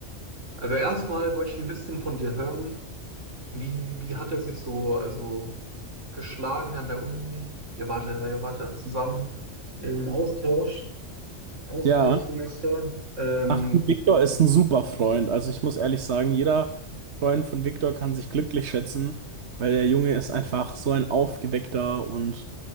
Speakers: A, on the right; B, on the right.
A: also erstmal wollte ich ein bisschen von dir hören, wie, wie hat er sich so also geschlagen an der Uni? Ihr wart, ja- ihr wart ja zusammen im Austausch, Austauschsemester.
B: ja.
A: Ähm,
B: Ach du, Viktor ist ein super Freund. Also ich muss ehrlich sagen, jeder Freund von Viktor kann sich glücklich schätzen, weil der Junge ist einfach so ein aufgeweckter und